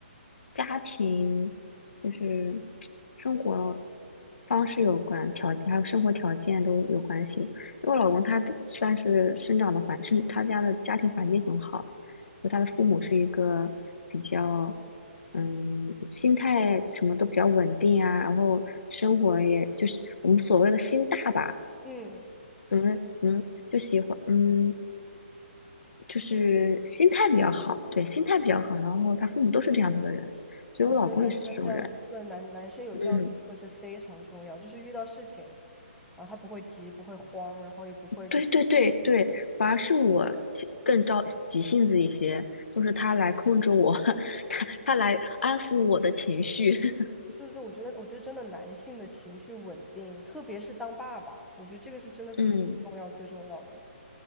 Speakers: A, on the left; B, in the centre.
A: 家庭，就是生活方式有关，条件还有生活条件都有关系。因为我老公他的算是生长的环，是他家的家庭环境很好，就他的父母是一个比较，嗯，心态什么都比较稳定啊，然后生活也就是我们所谓的心大吧。
B: 嗯，
A: 怎么怎么就喜欢，嗯，就是心态比较好，对，心态比较好。然后他父母都是这样子的人，所以我老公也是这种人。
B: 我觉得男生这样，对男男生有这样子特质非常重要，
A: 嗯，
B: 就是遇到事情，然后他不会急，不会慌，然后也不会就是，
A: 对对对对，反而是我其更着急性子一些，都是他来控制我，<laughs> 他他来安抚我的情绪。<laughs>
B: 对对，我觉得，我觉得真的男性的情绪稳定，特别是当爸爸，我觉得这个是真的是最重要最重要的。
A: 嗯